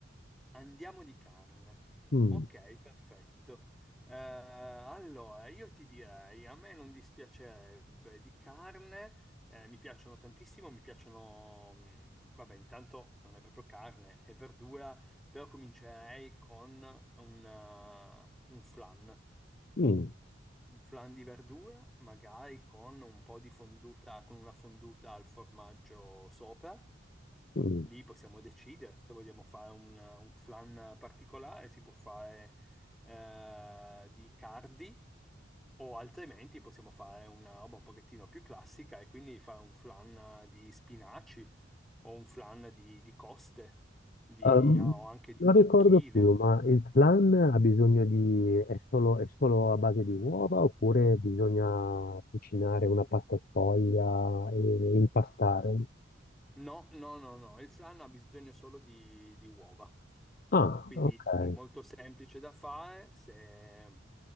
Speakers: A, in the centre; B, on the left.
A: Andiamo di carne.
B: Mm,
A: Ok, perfetto. Eh, allora, io ti direi, a me non dispiacerebbe di carne, eh, mi piacciono tantissimo, mi piacciono, mh, vabbè, intanto non è proprio carne, è verdura, però comincerei con una- un flan,
B: mm,
A: un flan di verdura, magari con un po' di fonduta, con una fonduta al formaggio sopra.
B: mm.
A: Lì possiamo decidere se vogliamo fare un, uh, un flan particolare, si può fare eh, di cardi o altrimenti possiamo fare una roba un pochettino più classica e quindi fare un flan di spinaci o un flan di, di coste, di-
B: Ehm,
A: ah, o anche di
B: non
A: zucchine.
B: ricordo più, ma il flan ha bisogno di, è solo, è solo a base di uova oppure bisogna cucinare una pasta sfoglia e impastare?
A: No, no, no, no, il flan ha bisogno solo di, di uova,
B: Ah,
A: quindi
B: ok.
A: è molto semplice da fare se